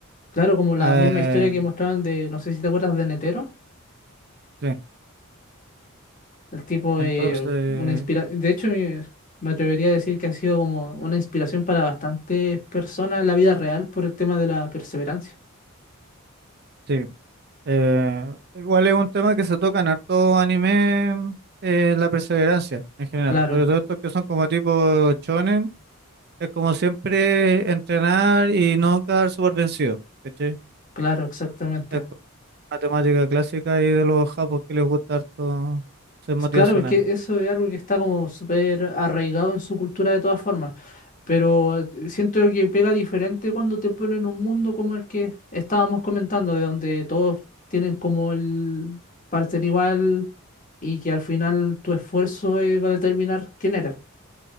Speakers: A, on the left; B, on the right.
A: Claro, como la
B: Eh,
A: misma historia que mostraban de, no sé si te acuerdas de Netero,
B: sí,
A: el tipo
B: entonces,
A: de una inspiración, de hecho eh, me atrevería a decir que ha sido como una inspiración para bastantes personas en la vida real por el tema de la perseverancia.
B: sí. Eh, igual es un tema que se toca en harto anime, eh, la perseverancia en general.
A: Claro,
B: Sobre todo estos que son como tipo shonen. Es como siempre entrenar y no quedar súper vencido. ¿Cachai?
A: claro, exactamente.
B: Es matemática clásica y de los japos que les gusta harto ser motivacionales.
A: Claro, es que eso es algo que está como súper arraigado en su cultura de todas formas, pero eh, siento que pega diferente cuando te ponen un mundo como el que estábamos comentando, de donde todos tienen como el parecer igual y que al final tu esfuerzo eh, va a determinar quién eres.